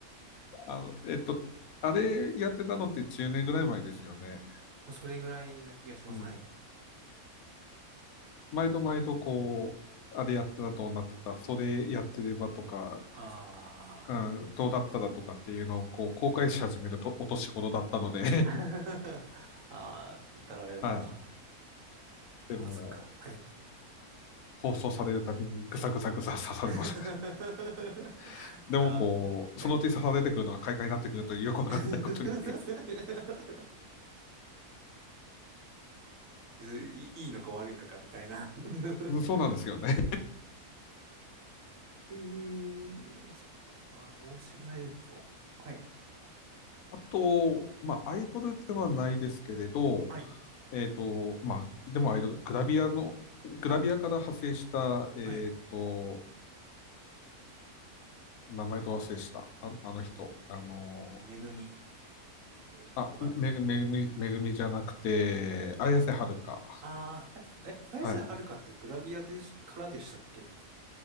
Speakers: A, on the left (about 75°); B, on the right (about 60°).
A: あの、えっと、あれやってたのって10年ぐらい前ですよね。
B: もうそれぐらいな気がします。
A: うん。
B: はい。
A: 毎度毎度こう、あれやったらどうなってた、それやってればとか、
B: あ
A: うん、どうだったらとかっていうのをこう公開し始めるとお年頃だったので
B: あ <laughs> ああ、たられば。
A: <laughs> はい。
B: あ、
A: でも、
B: あそっか。はい。
A: 放送されるたびにぐさぐさぐさ刺されます。
B: <laughs>
A: <laughs> でもこう、
B: あ、はい。
A: そのうち刺されてくるのが快感になってくるというよくわかんないことに。
B: <laughs> いいいのか悪いのかみたいな。<laughs>
A: うん、そうなんですよね。
B: ええそっか。あ大島優子。はい。
A: あと、まあ、アイドルではないですけれど、
B: はい。
A: えっと、まあ、でもアイドル、グラビアの、グラビアから派生した、
B: はい。
A: えっと、
B: はい。
A: 名前と忘れした、あ、あの人、
B: えー、
A: あの
B: めぐみ。えー、
A: あ、
B: ま、
A: めぐ、めぐみ、めぐみじゃなくて、綾瀬はるか。
B: あー、え、え、綾瀬はるかってグラビアでし、
A: はい。
B: からでしたっけ